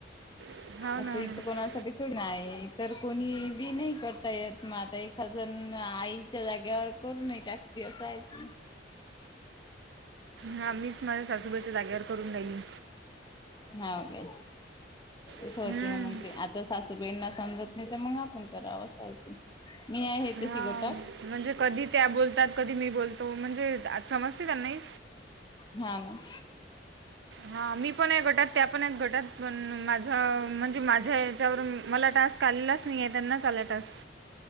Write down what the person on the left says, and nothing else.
असं इथं
कोणासाठी नाहीय तर कोणी बी नाही करता येत मग आता एखाजण आईच्या जाग्यावर करू नाहीय त्यक्त असं आहेत.
हा ओके. तसं
होते ना मग ते. आता सासूबाईंना समजत नाही, त्यामुळे आपण करावंच पाहिजे. मी आहे
तशी गटात.
हा मग?